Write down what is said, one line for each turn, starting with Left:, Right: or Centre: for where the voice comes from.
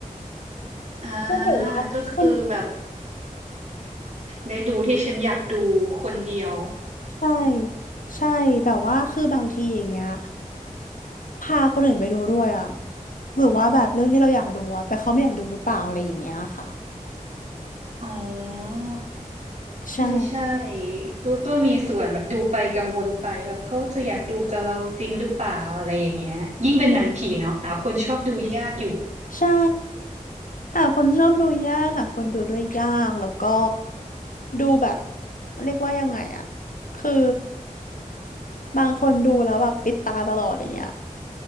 Right: อ่า
Left: ๆไม่ถือว่าคุณ
Right: ก็คือแบบได้ดูที่ฉันอยากดูคนเดียว
Left: ใช่ใช่แบบว่าคือบางทีอย่างเงี้ยพาคนอื่นไปดูด้วยอะหรือว่าแบบเรื่องที่เราอยากดูอะแต่เขาไม่อยากดูหรือเปล่าอะไรอย่างเงี้ยค่ะ
Right: อ๋อ
Left: ใช่
Right: ใช่ใช่แล้วก็มีส่วนแบบดูไปกังวลไปแบบเขาจะอยากดูกับเราจริงหรือเปล่าอะไรอย่างเงี้ยยิ่งเป็นหนังผีเนาะหาคนชอบดูยากอยู่
Left: ใช่หาคนชอบดูยากหาคนดูด้วยยากแล้วก็ดูแบบเรียกว่ายังไงอะคือบางคนดูแล้วแบบปิดตาตลอดอย่างเงี้ย